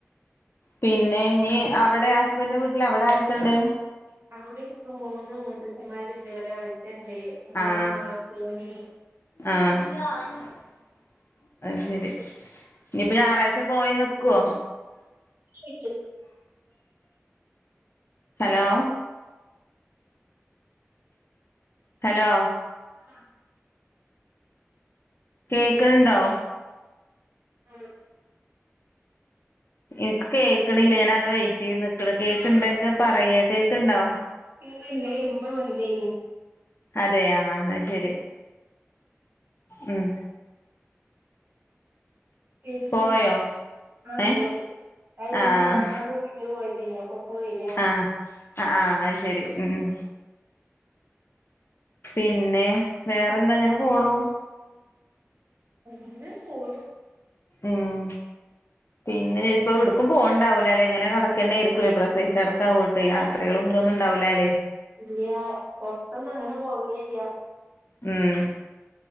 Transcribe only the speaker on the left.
പിന്നെ നീ അവിടെ ഹസ്ബന്റെ വീട്ടിൽ അവിടെ ആരൊക്കെണ്ട്?
ആഹ്
ആഹ് അയ് ശെരി ഇനിയിപ്പോ ഞായറാഴ്ച പോയി നിക്കോ
ഹലോ ഹലോ
കേക്ക്‌ണണ്ടോ?
എനിക്ക് കേക്കണില്ല ഞാൻ അത് വെയിറ്റ് ചെയ്ത് നിക്കണ് കേക്ക്ണ്ടെങ്കി പറയ് കേക്ക്ണ്ടോ
അതെയ ആ ആ അത് ശരി ഉം
പോയോ
ഏ
ആഹ്
ആഹ ആ ആഹ് അയ് ശരി ഉം ഉം പിന്നെ വേറെന്താങ്ങനെ
പോണു
ഉം പിന്നെ ഇപ്പം എവുട്ക്കും പോവ് ണ്ടാവൂലലെ ഇങ്ങനെ കടക്കെന്നെയിക്കുലേ പ്രസവിച്ചടക്കാവു യാത്രകളും ഇതൊന്നുംണ്ടാവൂലല്ലേ
ഉം